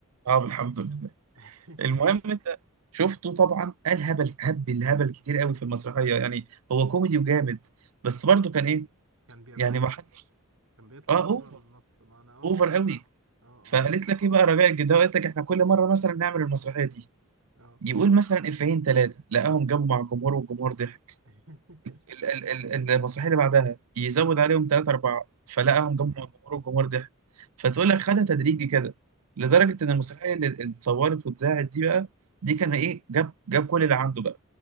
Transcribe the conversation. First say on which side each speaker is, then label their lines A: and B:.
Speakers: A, on the right; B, on the right.
A: اه الحمد لله
B: <laughs>
A: المهم انت شفته طبعا قال هبل هبل هبل كتير قوي في المسرحيه يعني هو كوميدي وجامد بس برضه كان ايه
B: كان بيرتجل
A: يعني ما حدش
B: كان بيطلع
A: اه
B: بره
A: اوفر
B: النص ما انا اه
A: اوفر
B: ما انا
A: قوي
B: اه
A: فقالت
B: اه ما...
A: لك ايه بقى رجاء الجداوي قالت لك احنا كل مره مثلا نعمل المسرحيه دي
B: اه
A: يقول مثلا افيهين ثلاثه لقاهم جابوا مع الجمهور والجمهور ضحك
B: <laughs>
A: ال- ال- ال- المسرحيه اللي بعدها يزود عليهم ثلاثة أربعة فلقاهم جمعوا الجمهور والجمهور ضحك فتقول لك خدها تدريجي كده لدرجة
B: أيوة.
A: إن المسرحية اللي اللي اتصورت واتذاعت دي بقى دي كان إيه جاب جاب كل اللي عنده بقى